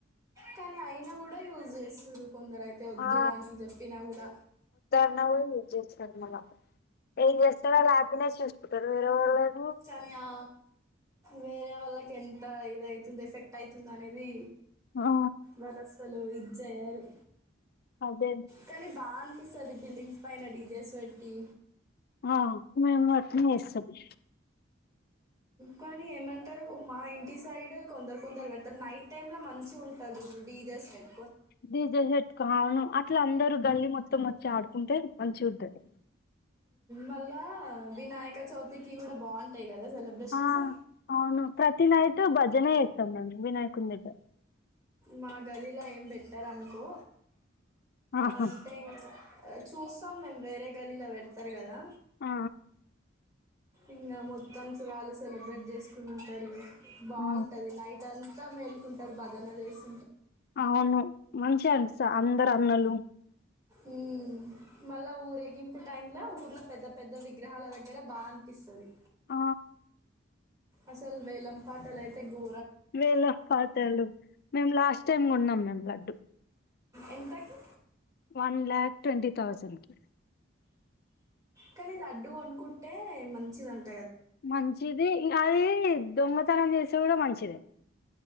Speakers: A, on the right; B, on the left.
A: కానీ అయినా కూడా యూజ్ చేస్తురు కొందరు అయితే వద్దు
B: ఆ
A: అని చెప్పినా కూడా
B: యిన కూడా చేస్తారు మల్లా ఏం చేస్తారు ఆళ్ళు ఆర్గనైజ్ చేసుకుంటారు వేరేవాళ్ళు <unintelligible>
A: కానీ ఆ వేరే వాళ్ళకి ఎంత ఇది అయితుంది ఎఫెక్ట్ అయితుంది అనేది
B: ఆ
A: మనస్సు అనేది జేయాలి
B: అదే
A: కానీ బా యు ఇస్తది బిల్డింగ్స్ పైన డీజేస్ పెట్టి
B: ఆ మ అన్నా సష
A: కానీ ఏమంటారు మా ఇంటి సైడ్ కొందరు కొందరు పెడతారు నైట్ టైమ్ లో మంచి ఉంటంది డీజే సైడ్
B: దీజల్ చెట్క అవును అట్లా అందరు గల్లి మొత్త మ ఆడుకుంటే మంచి ఉతుంది
A: మళ్ళా వినాయక చవితికిి కూడా బాగుంటాయి కదా సెలబ్రేషన్స్
B: ఆ అవును ప్రతి నాై భజనే చేేస్తాం మండి వినాయకుడి దగ్గర
A: మా గలీలా ఏం పెట్టారనుకో
B: ఆహా
A: అంటే ఈంగా చూస్తాం మేము వేరే గల్లీలో పెడతారు కదా
B: ఆ
A: ఇంకా మొత్తంస వాళ్ళు సెలబ్రేట్ చేసుకుని ఉంటారు బాగుంటది
B: ఆ,
A: నైట్ అని త మేల్కుంటారు భజన చేసి
B: అవును మంచిగా అన్ అందరు అన్నలు
A: ఉ మళ్ళా ఊరేగింపు టైమ్ లో ఊర్లో పెద్ద పెద్ద విగ్రహాల దగ్గర బాగా అనిపిస్తుది
B: ఆ
A: అసలు వేలం పాటాలయితే గో
B: వేల పాతాలు మేము లాస్ట్ టైమ్ ఉన్నాం మేము గ
A: ఎంతకి
B: వన్ ల్యాక్ ట్వంటీ థౌజండ్ కి
A: కానీ లడ్డూ కొనుకుంటే మంచిదట
B: మంచిది ఈ అది దొంగతనం చేస కూడా మంచిద